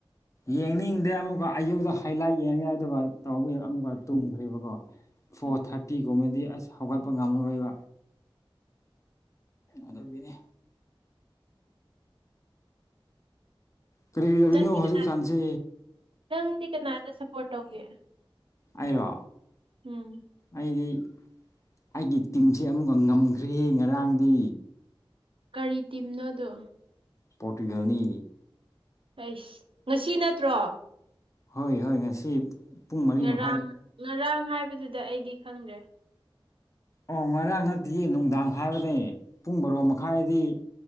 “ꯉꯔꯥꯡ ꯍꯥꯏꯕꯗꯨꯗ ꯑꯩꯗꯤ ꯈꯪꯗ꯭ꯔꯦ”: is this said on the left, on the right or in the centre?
Right